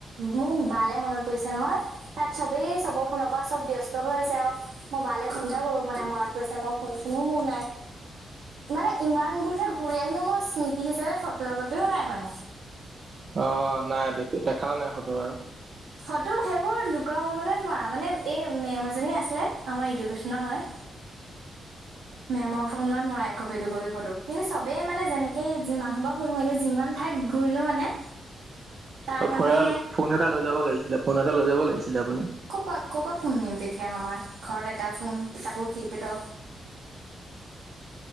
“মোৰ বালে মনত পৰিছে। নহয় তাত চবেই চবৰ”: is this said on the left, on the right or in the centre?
Right